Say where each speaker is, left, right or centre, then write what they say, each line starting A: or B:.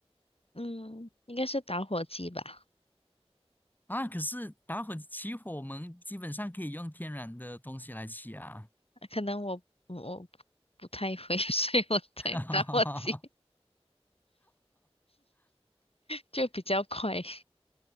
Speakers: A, on the left; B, on the left.
A: 嗯，应该是打火机吧？
B: 啊，可是打火起火，我们基本上可以用天然的东西来起啊。
A: 可能我我不太会，<laughs> 所以我带打火机
B: <laughs>
A: 就比较快，